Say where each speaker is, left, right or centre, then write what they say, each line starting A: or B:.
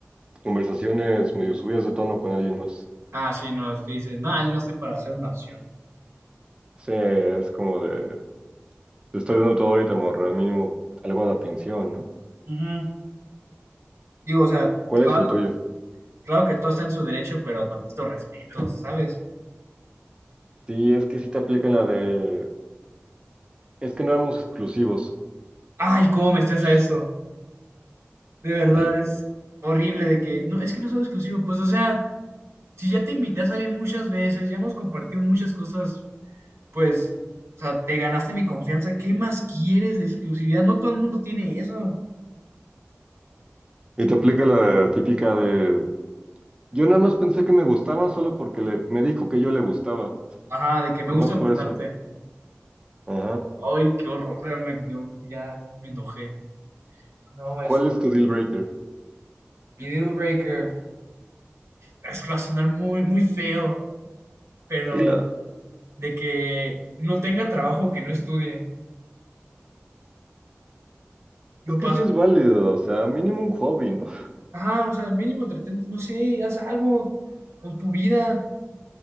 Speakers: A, on the right (about 20°); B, on the right (about 85°).
A: conversaciones medio subidas de tono con alguien más.
B: Ah, sí, no, es que dices, no, yo no estoy para hacer una opción.
A: Sí, es como de, te estoy dando todo y te morro, al mínimo algo de atención, ¿no?
B: Ujú. Digo, o sea,
A: ¿Cuál
B: claro,
A: es el tuyo?
B: claro que todo está en su derecho, pero tantito respeto, ¿sabes?
A: Sí, es que sí te aplican la de, es que no éramos exclusivos.
B: Ay, cómo me estresa
A: Pues,
B: eso. De verdad,
A: ay.
B: es horrible de que, no, es que no son exclusivo pues, o sea, si ya te invité a salir muchas veces, ya hemos compartido muchas cosas, pues, o sea, te ganaste mi confianza, ¿qué más quieres de exclusividad? No todo el mundo tiene eso.
A: y te aplica la típica de, yo nada más pensé que me gustaba solo porque le, me dijo que yo le gustaba,
B: Ajá, de que me
A: nomás
B: gusta
A: por
B: gustarte.
A: eso. Ajá.
B: Ay, qué horror, ya me, yo ya me enojé. No, es
A: ¿Cuál es tu deal breaker?
B: mi deal breaker. Es que va a sonar muy, muy feo, pero
A: Dilo,
B: de que no tenga trabajo, o que no estudie, no
A: es que
B: paso.
A: sí es válido, o sea, mínimo un hobby, ¿no?
B: Ajá, o sea, mínimo entretente, no sé, haz algo con tu vida.